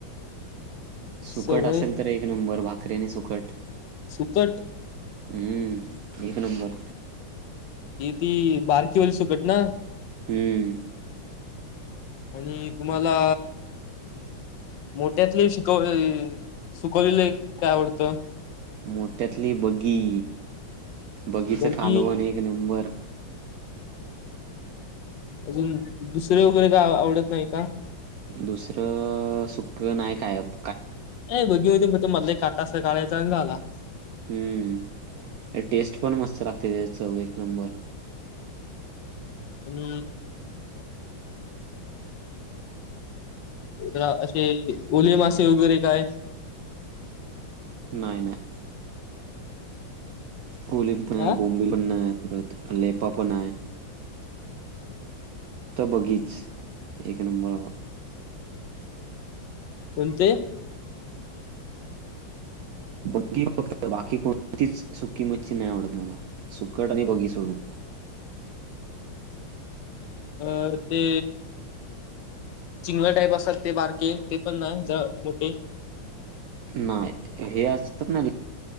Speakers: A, on the left (about 70°); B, on the right (about 80°).
A: सवय
B: सुकट असेल तर एक नंबर भाकरी आणि सुकट.
A: सुकट
B: हम्म. एक नंबर.
A: ती ती बारकीवाली सुकट ना.
B: हम्म.
A: आणि तुम्हाला मोठ्यातले शिकवले सुकवलेले काय आवडतं?
B: मोठ्यातली बग्गी बग्गीचा
A: बघी
B: कालवण एक नंबर.
A: अजून दुसरे वगैरे काय आवडत नाही का?
B: दुसरं सु खर नाय खायब
A: ए बग्गी मधून <unintelligible> ते मधले काटा असं कळायचा आणि झाला.
B: हम्म, टेस्ट पण मस्त लागते चव एक नंबर.
A: आणि इकडं असे ओले मासे वगैरे काय?
B: नाही- नाही कोली पण नाय
A: हा
B: बॉम्बे पण नाय करत लेपा पण आहे. तर बग्गीच एक नंबर हो.
A: कोणते
B: बग्गीच फक्त बाकी कोणतीच सु सुकी मच्छी नाही आवडत मला, सुकट आणि बगी सोडून.
A: अ ते सिंगल टाईप असातत ते बारके ते पण नाही जरा मोठे.
B: नाय हे असतात ना